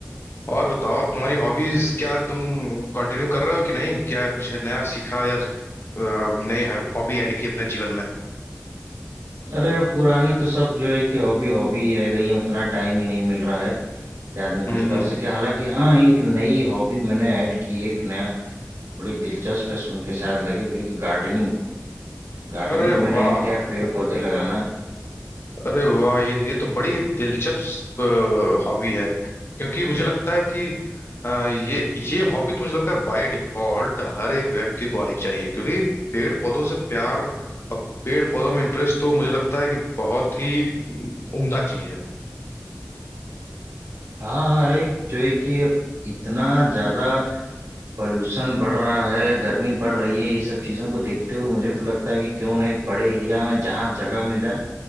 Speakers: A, on the left (about 55°); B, on the right (about 90°).
A: और बताओ तुम्हारी हॉबीज क्या तुम कंटिन्यू कर रहे हो कि नहीं क्या कुछ नया सीखा या अ, नई हॉबी ऐड की अपने जीवन में
B: अरे पुरानी तो सब जो है कि हॉबी हॉबी ही रह गई है उतना टाइम ही नहीं मिल रहा है कि आदमी कुछ
A: हम्म
B: कर
A: हम्म।
B: सके हालांकि हाँ एक नई हॉबी मैंने ऐड की है एक नया बड़ी दिलचस्प है सुन के शायद लगे जो है कि गार्डनिंग गार्डनिंग
A: अरे
B: मैंने
A: वाह
B: ऐड किया है पेड़ पौधे लगाना
A: अरे वाह ये ये तो बड़ी ही दिलचस्प हॉबी है क्योंकि मुझे लगता है कि अ, ये ये हॉबी तो मुझे लगता है बाय डिफॉल्ट हर एक व्यक्ति को आनी चाहिए क्योंकि पेड़ पौधों से प्यार और पेड़ पौधों में इंटरेस्ट तो मुझे लगता है कि बहुत ही हम्म, उम्दा चीज है
B: हाँ हाँ अरे जो है कि अब इतना ज्यादा पॉल्यूशन बढ़ रहा है गर्मी बढ़ रही है ये सब चीजों को देखते हुए मुझे तो लगता है कि क्यों ना एक बड़े एरिया में जहाँ जगह मिल जाए